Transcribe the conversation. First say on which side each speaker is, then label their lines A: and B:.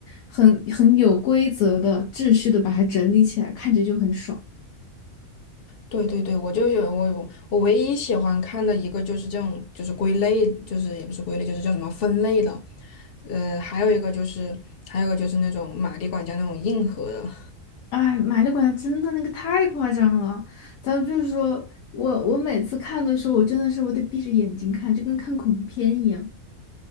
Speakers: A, on the left; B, on the left.
A: 很很有规则的、秩序的把它整理起来，看着就很爽。
B: 对对对，我就有我我唯一喜欢看的一个就是这种，就是归类，就是也不是归类，就是叫什么分类了，呃，还有一个就是还有一个就是那种马里管家那种硬核的。
A: 哎，买力管家真的那个太夸张了，咱们就是说我我每次看的时候，我真的是我得闭着眼睛看，就跟看恐怖片一样。